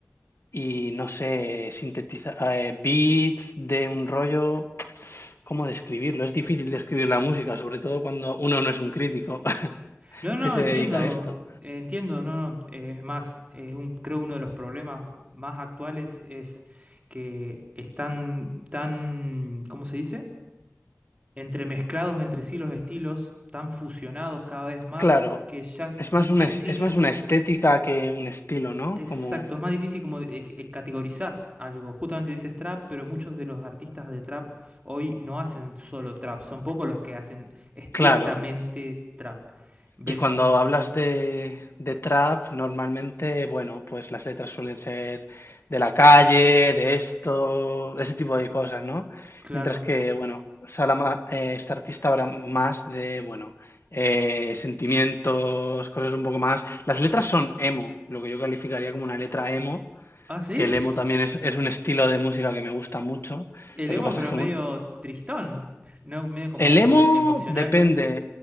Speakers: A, on the left; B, on the right.
A: y no sé, sintetiza eh, beats de un rollo, ¿cómo describirlo? Es difícil describir la música, sobre todo cuando uno no es un crítico <laughs>
B: No, no,
A: que se
B: entiendo,
A: dedica a esto.
B: eh, entiendo, no, no, eh, es más, es un, creo uno de los problemas más actuales es que están tan, ¿cómo se dice? Entremezclados entre sí los estilos, tan fusionados cada vez más,
A: Claro,
B: que ya es
A: es
B: difícil
A: más una, es es más una estética que un estilo, ¿no?
B: Exacto,
A: Como,
B: es más difícil como de- eh, eh, categorizar algo. Justamente dices trap, pero muchos de los artistas de trap hoy no hacen solo trap, son pocos los que hacen estrictamente
A: claro,
B: trap. Ves
A: Y cuando
B: un...
A: hablas de, de trap, normalmente, bueno, pues las letras suelen ser de la calle, de esto, ese tipo de cosas, ¿no?
B: Claro.
A: Mientras que, bueno, Salama, eh, este artista habla más de, bueno, eh, sentimientos, cosas un poco más. Las letras son emo, lo que yo calificaría como una letra emo,
B: Ah, sí.
A: que el emo también es, es un estilo de música que me gusta mucho.
B: El
A: Lo
B: emo,
A: que pasa
B: pero
A: es que
B: es medio
A: mu-
B: tristón, ¿no? Medio como
A: el emo
B: emocional.
A: depende,